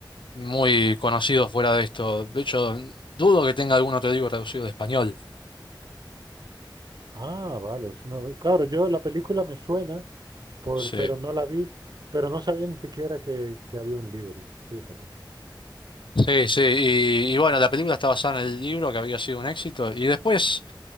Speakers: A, on the left; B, on the right.
A: muy conocido fuera de esto. De hecho, dudo que tenga algún otro libro traducido de español.
B: Ah, vale. es una- ve- Claro, yo la película me suena, por,
A: Sí.
B: pero no la vi, pero no sabía ni siquiera que, que había un libro, fíjate.
A: Sí, sí, y, y bueno, la película está basada en el libro que había sido un éxito, y después